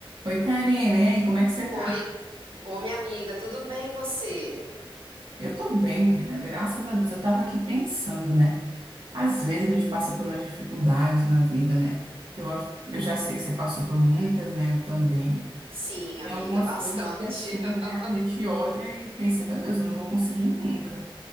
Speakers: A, on the right; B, on the right.
A: Oi, Karina, e aí, como é que você
B: Oi,
A: tá?
B: ô minha amiga, tudo bem e você?
A: Eu tô bem, menina, graças a Deus. Eu tava aqui pensando, né? Às vezes a gente passa por umas dificuldades na vida, né? Eu, eu já sei que você passou por muitas, né? Eu também.
B: Sim,
A: Tem
B: amiga,
A: algumas
B: bastante.
A: coisas que, é assim, né?
B: <laughs>
A: A gente olha e pensa, meu Deus, eu não vou conseguir nunca.